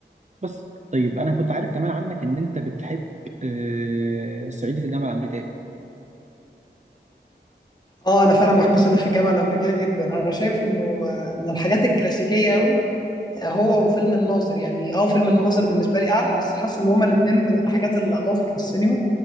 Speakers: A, on the right; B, on the left.
A: بس طيب انا كنت عارف كمان عنك ان انت بتحب آه، الصعيدي في الجامعه الامريكيه
B: اه انا فعلا بحب صعيدي في الجامعه الامريكيه جدا انا شايف انه آه، من الحاجات الكلاسيكيه قوي هو وفيلم الناظر يعني اه فيلم الناظر بالنسبه لي اعلى بس حاسس ان هما الاثنين من الحاجات اللي اضافت للسينما